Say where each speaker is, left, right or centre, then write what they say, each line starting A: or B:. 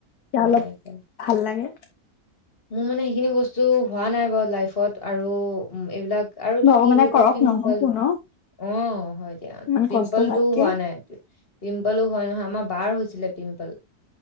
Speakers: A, on the left; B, on the left.
A: তেতিয়া
B: হয়
A: অলপ
B: এতিয়া
A: ভাল লাগে।
B: মোৰ মানে সেইখিনি বস্তু হোৱা নাই বাৰু লাইফত আৰু এইবিলাক আৰু এইটো
A: ভগৱানে
B: কি বুলি
A: কৰক
B: কয় পিম্পল
A: নহওকো ন
B: অ' হয় দিয়া,
A: ইমান
B: পিম্পলটো
A: কষ্ট হোৱাতকে
B: হোৱা নাই। পিম্পলো হয় নহয় আমাৰ বাৰ হৈছিলে পিম্পল,